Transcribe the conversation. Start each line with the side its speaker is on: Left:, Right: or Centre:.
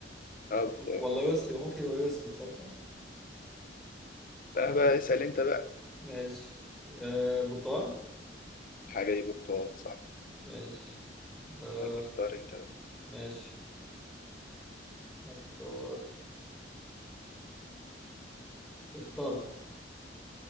Left: اه بتاع
Centre: ولا يوسفي ممكن يبقى يوسفي تصدق
Left: لا بقى اسأل انت بقى
Centre: ماشي آه برتقاني
Left: الحاجة دي برتقال صح
Centre: ماشي آه
Left: يلا اختار انت بقى
Centre: ماشي اختار اختار